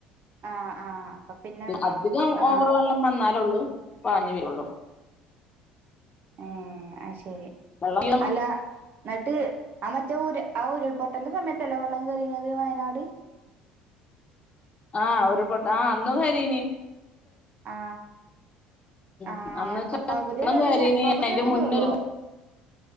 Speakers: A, on the right; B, on the left.
A: ആ ആ അപ്പൊ പിന്നെ
B: അധികം
A: ആ
B: ഓവർ വെള്ളം വന്നാലൊള്ളു പാഞ് വെരൊള്ളൂ
A: ആ അത് ശെരി
B: <inaudible>
A: അല്ല ന്ന്ട്ട് ആ മറ്റേ ഉരു ആ ഉരുൾപൊട്ടൽന്റെ സമയത്തല്ലേ വള്ളം കേറീന്നത് വയനാട്
B: ആ ഉരുൾ പൊട്ട ആ അന്ന് കരീന്
A: ആ ആ
B: വെള്ളം
A: പകുതി കേറിന്
B: കയറീന്
A: പകുതിയൊക്കെ
B: അതിന്റെ മുന്നൊരു
A: കേറോ